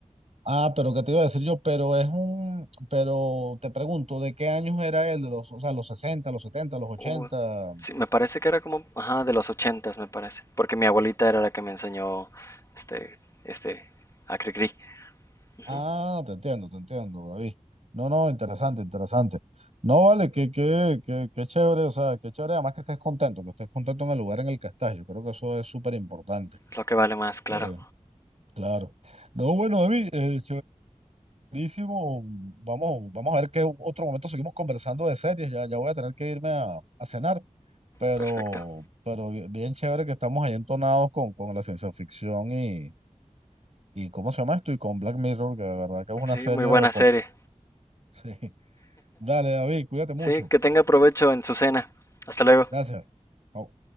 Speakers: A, on the right; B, on the left.
A: Ah, pero ¿qué te iba a decir yo? Pero es un, pero te pregunto, ¿de qué años era él? ¿De los, o sea, los 60, los 70, los ochenta.
B: Hubo- sí, me parece que era como, ajá, de los ochentas, me parece. Porque mi abuelita era la que me enseñó este, este, a Cricri. Ujú,
A: Ah, te entiendo, te entiendo, David. No, no, interesante, interesante. No, vale, que, que, que, que chévere, o sea, que chévere, además que estés contento, que estés contento en el lugar en el que estás. Yo creo que eso es súper importante.
B: Es lo que vale más, claro.
A: Eh, claro. No, bueno, David, eh, chéverísimo. Vamos, vamos a ver qué otro momento seguimos conversando de series. Ya, ya voy a tener que irme a, a cenar, pero,
B: Perfecto.
A: pero bi- bien chévere que estamos ahí entonados con, con la ciencia ficción y, y ¿cómo se llama esto? Y con Black Mirror, que de verdad que es una
B: Sí,
A: serie
B: muy buena
A: de... col-
B: serie.
A: <laughs> Sí. Dale, David, cuídate mucho.
B: Sí, que tenga provecho en su cena. Hasta luego.
A: Gracias. Chao.